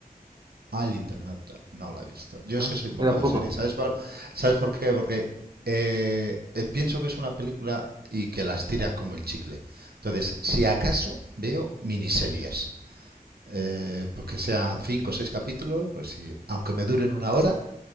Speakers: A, on the right (about 85°); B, on the right (about 25°).
A: Al el internauta, no la he visto. Yo
B: ¿no?
A: es que soy
B: Yo
A: poco
B: tampoco.
A: de serie. ¿Sabes por, ¿sabes por qué? Porque eh, eh, pienso que es una película y que la estiran como el chicle. Entonces, si acaso veo miniseries, eh, pues que sean cinco o seis capítulos, pues sí, aunque me duren una hora,